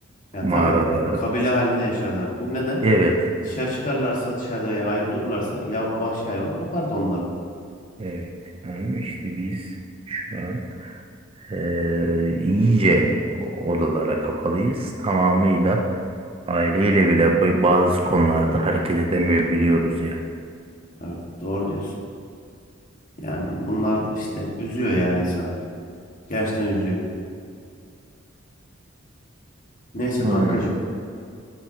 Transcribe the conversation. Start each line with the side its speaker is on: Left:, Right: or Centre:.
Left: Ya
Right: mağaralara.
Left: tabii. Kabile halinde yaşarlar. Çünkü neden?
Right: Evet.
Left: Dışarı çıkarlarsa, dışarıda veya ayrı dururlarsa ya vahşi hayvan kapardı onları.
Right: Evet. Ama işte biz şu an Eee iyice o- odalara kapalıyız. Tamamıyla aileyle bile b- bazı konularda hareket edemiyor biliyoruz yani.
Left: Evet, doğru diyorsun. Yani bunlar işte üzüyor ya insanı. Gerçekten üzüyor. Neyse kankacığım.
Right: Ay,